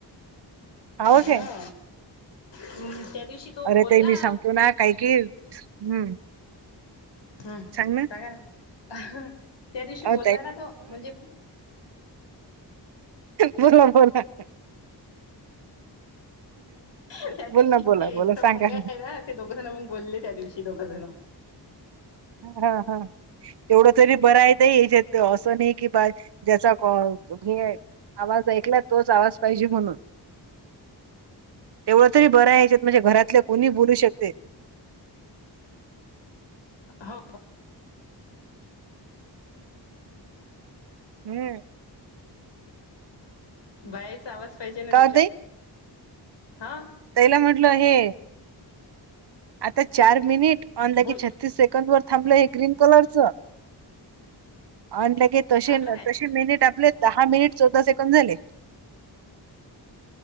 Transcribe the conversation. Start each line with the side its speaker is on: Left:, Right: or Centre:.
Right: हो
Left: हा
Right: काय
Left: हम्म त्या दिवशी
Right: अरे
Left: बोलला
Right: ते मी सांगतो ना काही कि हम्म
Left: हा
Right: सांग ना
Left: त्या दिवशी बोलला
Right: अहो
Left: ना तो म्हणजे
Right: बोलला बोलला
Left: त्या दिवशी
Right: बोल ना बोला बोला
Left: इचा
Right: सांगा
Left: मुलगा आहे ना ते दोघं जण मग बोलले त्या दिवशी दोघं जण
Right: हा हा तेवढं तरी बरं मला याच्यात ते असं नाही की बाळ ज्याचा हे आवाज ऐकलाय तोच आवाज पाहिजे म्हणून
Left: ह
Right: तेवढं तरी बरं या्याच्यात म्हणजे घरातल्या कोणी बोलू शकते
Left: हो
Right: हम्म
Left: बायाचा आवाज पाहिजे ना त्याच्यात
Right: का ओ
Left: हा
Right: तैला म्हटलं हे आता चार मिनिट ऑ
Left: बोल
Right: की छत्तीस सेकंड वर थांबलं हे ग्रीन कलरच अ के त
Left: थांबला काय
Right: तशी मिनिट आपले दहा मिनिट चौदा सेकंड झाले